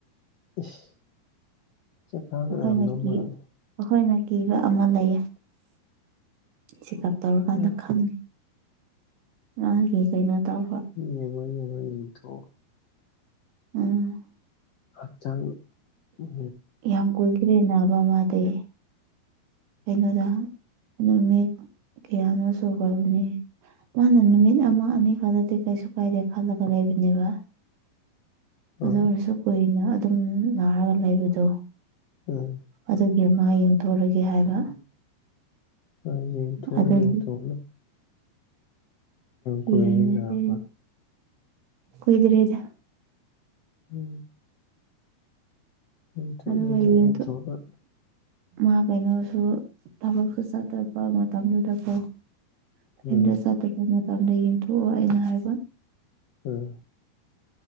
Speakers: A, on the left (about 70°); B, on the right (about 85°).
A: ꯏꯁ ꯆꯈꯥꯎꯒꯤ
B: ꯑꯩꯈꯣꯏꯅ
A: ꯑꯣꯏꯔꯝꯗꯧ
B: ꯀꯤ
A: ꯃꯥꯜꯂꯤ
B: ꯑꯩꯈꯣꯏꯅ ꯀꯤꯕ ꯑꯃ ꯂꯩꯌꯦ ꯆꯦꯛꯑꯞ ꯇꯧꯔꯀꯥꯟꯗ
A: ꯎꯝ
B: ꯈꯪꯅꯤ ꯃꯥꯒꯤ ꯀꯩꯅꯣ ꯇꯧꯕ
A: ꯎꯝ ꯌꯦꯡꯉꯣ ꯌꯦꯡꯉꯣ ꯌꯦꯡꯊꯣꯛ ꯑꯣ
B: ꯎꯝ
A: ꯍꯛꯆꯥꯡ ꯎꯝ
B: ꯌꯥꯝ ꯀꯨꯏꯈ꯭ꯔꯦ ꯅꯥꯕ ꯃꯗꯤ ꯀꯩꯅꯣꯗ ꯅꯨꯃꯤꯠ ꯀꯌꯥꯅꯣ ꯁꯨꯈ꯭ꯔꯕꯅꯤ ꯃꯥꯅ ꯅꯨꯃꯤꯠ ꯑꯃ ꯑꯅꯤ ꯈꯛꯇꯗꯤ ꯀꯩꯁꯨ ꯀꯥꯏꯗꯦ ꯈꯜꯂꯒ ꯂꯩꯕꯅꯦꯕ
A: ꯍꯣꯏ
B: ꯑꯗꯨ ꯑꯣꯏꯔꯁꯨ ꯀꯨꯏꯅ ꯑꯗꯨꯝ ꯅꯥꯔꯒ ꯂꯩꯕꯗꯣ
A: ꯎꯝ
B: ꯑꯗꯨꯒꯤ ꯃꯥ ꯌꯦꯡꯊꯣꯛꯔꯒꯦ ꯍꯥꯏꯕ
A: ꯍꯣꯏ ꯌꯦꯡꯊꯣꯛ
B: ꯑꯗꯨꯒꯤ
A: ꯌꯦꯡꯊꯣꯛꯑꯣꯅ ꯀꯨꯏꯔꯒꯦ
B: ꯌꯦꯡꯉꯤꯁꯦ
A: ꯅꯥꯕ
B: ꯀꯨꯢꯗꯔꯤꯗ
A: ꯎꯝ ꯌꯦꯡꯊꯣꯛ
B: ꯑꯗꯨꯒ ꯌꯦꯡꯊꯣꯛ
A: ꯌꯦꯡꯊꯣꯛꯑꯒ
B: ꯃꯥ ꯀꯩꯅꯣꯁꯨ ꯊꯕꯛꯁꯨ ꯆꯠꯇꯕ ꯃꯇꯝꯗꯨꯗꯀꯣ <unintelligible>
A: ꯎꯝ
B: ꯆꯠꯇꯄ ꯃꯇꯝꯗ ꯌꯦꯡꯊꯣꯛꯑꯣ ꯑꯩꯅ ꯍꯥꯏꯕ
A: ꯎꯝ